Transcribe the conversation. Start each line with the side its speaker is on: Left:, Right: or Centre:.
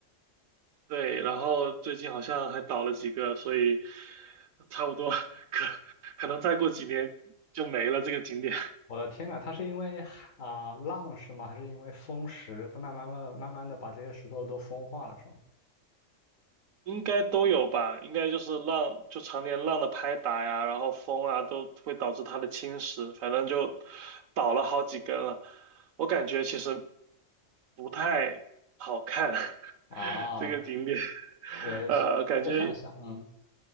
Right: 对，然后最近好像还倒了几个，所以差不多可能再过几年就没了这个景点。
Left: 我的天呐，它是因为海啊、浪是吗？还是因为风石，它慢慢慢慢慢的把这些石头都风化了，是吗？
Right: 应该都有吧，应该就是浪，就常年浪的拍打呀，然后风啊，都会导致它的侵蚀，反正就倒了好几根了。我感觉其实不太好看，<laughs>
Left: 啊，
Right: 这个景点，
Left: 对，
Right: 呃，感觉，
Left: 我想象，嗯，